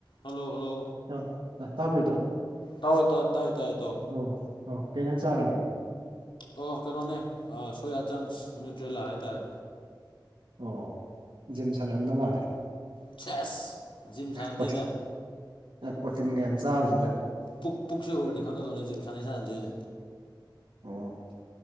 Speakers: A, on the left; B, on the right.
A: ꯍꯜꯂꯣ ꯍꯜꯂꯣ
B: ꯑ ꯇꯥꯕ꯭ꯔꯣ ꯏꯇꯥꯎ
A: ꯇꯋꯦ ꯏꯇꯥꯎ ꯇꯥꯏ ꯇꯥꯏ ꯏꯇꯥꯎ
B: ꯑꯣ ꯑꯣ ꯀꯩ ꯍꯦꯟꯖꯥꯡ ꯆꯥꯔꯒꯦ
A: ꯑꯣ ꯀꯩꯅꯣꯅꯦ ꯁꯣꯌꯥ ꯆꯪꯁ ꯅꯌꯨꯇ꯭ꯔꯦꯂꯥ ꯍꯥꯏꯇꯥꯔꯦ
B: ꯑꯣ ꯖꯤꯝ ꯁꯥꯟꯅꯔꯝꯗꯧ ꯃꯥꯜꯂꯦ
A: ꯁꯦꯁ ꯖꯤꯝ ꯁꯥꯟꯅꯗꯦꯗ
B: ꯄ꯭ꯔꯣꯇꯤꯟ ꯄ꯭ꯔꯣꯇꯤꯟꯒ ꯌꯥꯝ ꯆꯥꯕꯁꯤꯗ
A: ꯄꯨꯛ ꯄꯨꯛꯁꯦ ꯎꯔꯗꯤ ꯈꯪꯒꯗꯧꯅꯤ ꯖꯤꯝ ꯁꯥꯅꯩ ꯁꯥꯟꯅꯗꯦꯁꯦ
B: ꯑꯣ